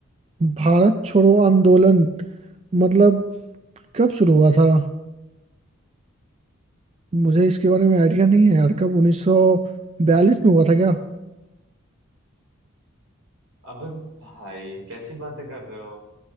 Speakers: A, on the right (about 30°); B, on the right (about 80°).
A: भारत छोड़ो आंदोलन मतलब कब शुरू हुआ था मुझे इसके बारे में आइडिया नहीं है यार कब 1942 में हुआ था क्या
B: अबे भाई कैसी बातें कर रहे हो